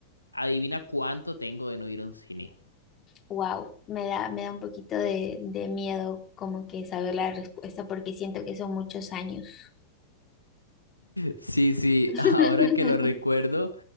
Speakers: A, on the left; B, on the left.
A: adivina cuánto tengo de no ir a un cine.
B: Wow, me da, me da un poquito de, de miedo como que saber la respuesta porque siento que son muchos años.
A: Sí, sí,
B: <laughs>
A: <laughs> ahora que lo recuerdo,